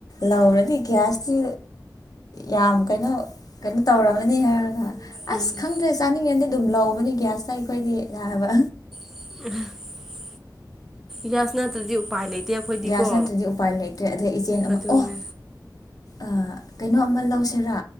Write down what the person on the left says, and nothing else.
ꯂꯧꯔꯗꯤ ꯒ꯭ꯌꯥꯁꯇꯤ ꯌꯥꯝ ꯀꯩꯅꯣ ꯀꯩꯅꯣ ꯇꯧꯔꯝꯃꯅꯤ ꯍꯥꯏꯔꯒ ꯑꯁ
ꯈꯪꯗ꯭ꯔꯦ ꯆꯥꯅꯤꯡꯉꯗꯤ ꯑꯗꯨꯝ ꯂꯧꯕꯅꯦ ꯒ꯭ꯌꯥꯁꯇ ꯑꯩꯈꯣꯏꯗꯤꯅ ꯍꯥꯏꯕ
ꯒ꯭ꯌꯥꯁ ꯅꯠꯇ꯭ꯔꯗꯤ ꯎꯄꯥꯏ ꯂꯩꯇ꯭ꯔꯦ ꯑꯗꯩ ꯏꯆꯦꯅꯥ ꯑꯃꯨꯛ
ꯑꯣ ꯑ ꯀꯩꯅꯣ ꯑꯃ ꯂꯧꯁꯦꯔꯥ